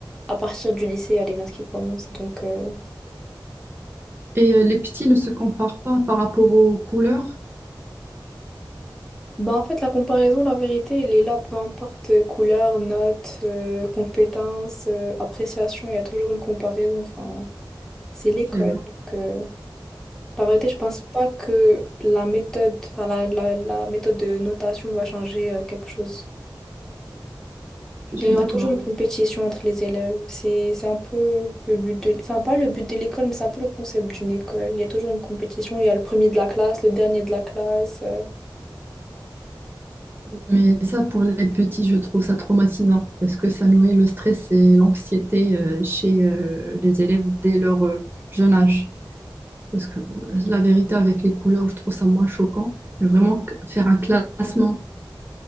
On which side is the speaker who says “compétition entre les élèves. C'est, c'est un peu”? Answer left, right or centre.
Centre